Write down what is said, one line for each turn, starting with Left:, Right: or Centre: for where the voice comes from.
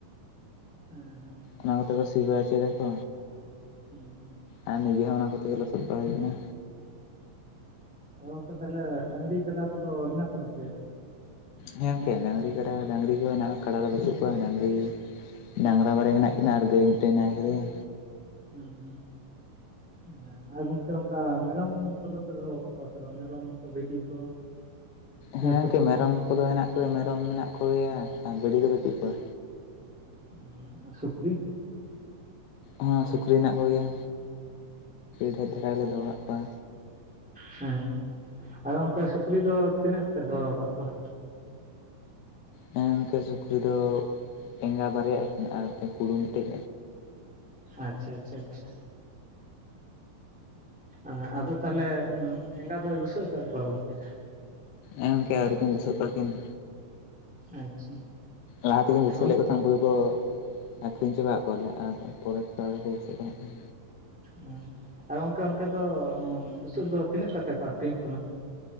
Centre: ᱦᱮᱸ ᱦᱮᱸ᱾
Left: ᱚᱱᱟ ᱠᱚᱛᱮ ᱠᱚ ᱥᱤ ᱵᱟᱲᱟᱭ ᱚᱪᱚᱭᱫᱟᱠᱚ᱾
Centre: ᱦᱩᱸ᱾
Left: ᱟᱨ ᱱᱤᱡᱮ ᱦᱚᱸ ᱚᱱᱟ ᱠᱚᱛᱮ ᱜᱮ ᱞᱚᱥᱚᱫ ᱵᱟᱲᱟ ᱦᱩᱭ ᱟᱠᱟᱱᱟ᱾
Centre: ᱩᱸ ᱚᱱᱛᱮ ᱛᱟᱦᱞᱮ ᱰᱟᱹᱟᱝᱨᱤ ᱠᱟᱰᱟ ᱠᱚᱫᱚ ᱢᱮᱱᱟᱜ ᱠᱚ ᱛᱟ ᱯᱮᱭᱟ?
Left: ᱦᱮᱸ ᱚᱢᱠᱮ ᱰᱟᱹᱝᱨᱤ ᱠᱟᱰᱟ ᱰᱟᱹᱝᱨᱤ ᱠᱚ ᱦᱮᱱᱟᱜᱼᱟ ᱠᱟᱲᱟ ᱫᱚ ᱵᱟᱹᱪᱩᱜ ᱠᱚᱣᱟ ᱰᱟᱹᱝᱨᱤ.... ᱰᱟᱝᱨᱟ ᱵᱟᱨᱭᱟ ᱦᱮᱱᱟᱜ ᱠᱤᱱᱟᱹ ᱟᱨ ᱜᱟᱹᱭ ᱢᱤᱫᱴᱮᱱ ᱱᱟᱭᱠᱮᱫᱮᱭᱟ᱾
Centre: ᱦᱩᱸ ᱦᱮᱸ᱾ ᱦᱮᱸ ᱟᱨ ᱜᱚᱢᱠᱮ ᱚᱱᱠᱟ ᱢᱮᱨᱚᱢ ᱠᱚᱫᱚ ᱯᱮ ᱫᱚᱦᱚ ᱟᱠᱟᱫ ᱠᱚᱣᱟ ᱥᱮ ᱵᱟᱝ ᱢᱮᱨᱚᱢ ᱠᱚ ᱵᱷᱤᱰᱤ ᱠᱚ? ᱥᱮ
Left: ᱦᱮᱸ
Centre: ᱥᱩᱠᱨᱤ
Left: ᱚᱢᱠᱮ ᱢᱮᱨᱚᱢ ᱠᱚᱫᱚ ᱦᱮᱱᱟᱜ ᱠᱚᱜᱭᱟ ᱢᱮᱨᱚᱢ ᱢᱮᱱᱟᱜ ᱠᱚᱜᱮᱭᱟ ᱟᱨ ᱵᱷᱤᱰᱤ ᱫᱚ ᱵᱟᱹᱪᱩᱜ ᱠᱚᱣᱟ᱾
Centre: ᱩᱸ ᱟᱨ ᱥᱩᱠᱨᱤ?
Left: ᱦᱚᱸ ᱥᱩᱠᱨᱤ ᱦᱮᱱᱟᱜ ᱠᱚᱜᱮᱭᱟ, ᱰᱷᱮᱡ ᱫᱷᱟᱨᱟᱞᱮ ᱫᱚᱦᱚᱟᱜ ᱠᱚᱣᱟ᱾
Centre: ᱦᱮᱸ ᱟᱫᱚ ᱚᱱᱠᱮ ᱥᱩᱠᱨᱤ ᱫᱚ ᱛᱤᱱᱟᱹᱜ ᱯᱮ ᱫᱚᱦᱚ ᱠᱟᱜ ᱠᱚᱣᱟ?
Left: ᱦᱮᱸᱚᱢᱠᱮ ᱥᱩᱠᱨᱤ ᱫᱚ ᱮᱸᱜᱟ ᱵᱟᱨᱭᱟᱜ ᱟᱹ ᱠᱤᱱᱟ ᱟᱨ ᱢᱤᱫᱴᱮᱡ ᱠᱩᱲᱩ ᱢᱤᱫᱴᱮᱡ᱾
Centre: ᱟᱪᱪᱷᱟ ᱟᱪᱪᱷᱟ ᱟᱪᱪᱷᱟ᱾ ᱟᱸ ᱟᱫᱚᱛᱟᱦᱮᱞᱮ ᱾ ᱮᱸᱜᱟ ᱫᱚᱭ ᱵᱩᱥᱟᱹᱜ ᱟᱠᱟᱫ ᱠᱚᱣᱟ ᱜᱚᱢᱠᱮ?
Left: ᱮᱚᱝᱠᱮ ᱟᱣᱨᱤᱠᱤᱱ ᱵᱥᱟᱹᱜ ᱠᱚᱣᱟ ᱠᱤᱱᱟ᱾
Centre: ᱟᱪᱪᱷᱟ
Left: ᱞᱟᱦᱟ ᱛᱮᱜᱤᱧ ᱵᱩᱥᱟᱹᱣ
Centre: ᱚᱱ
Left: ᱞᱮᱫ ᱠᱚ ᱛᱟᱦᱮᱸᱱ ᱩᱱᱠᱩ ᱫᱚᱠᱚ ᱟᱠᱷᱨᱤᱧ ᱪᱟᱵᱟᱣᱜ ᱠᱚᱣᱟᱞᱮ, ᱟᱨ ᱯᱚᱨᱮ ᱛᱮ ᱟᱣᱨᱤ ᱠᱚ ᱵᱩᱥᱟᱹᱜ ᱠᱚ ᱦᱟᱸᱜ ᱠᱷᱟᱱ᱾
Centre: ᱮᱸ ᱟᱨ ᱜᱚᱝᱠᱮ ᱚᱱᱛᱮ ᱫᱚ ᱵᱩᱥᱟᱹᱜ ᱫᱚ ᱛᱤᱱᱟᱹᱜ ᱠᱟᱛᱮ ᱠᱚ ᱟᱠᱷᱨᱤᱧᱚᱜ ᱠᱟᱱᱟ?